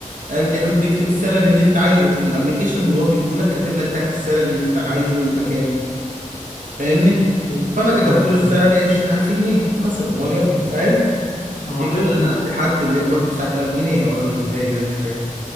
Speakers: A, on the right (about 70°); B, on the left (about 80°).
A: قال لي حط اكتب السالري اللي انت عايزه في الابليكيشن اللي هو بيديه لك كاتب لك تحت السالري اللي انت عايزه يبقى كام فاهمني
B: في-
A: فانا كتبت
B: فاهمك
A: له السالري
B: اه
A: 20000 جنيه مثلا وليكن
B: م-
A: فاهم
B: هو
A: يجي
B: حلو
A: يقول لي
B: ال-
A: انا عندي حد بيقبض 9000 جنيه اقول له ازاي ده مش فاهم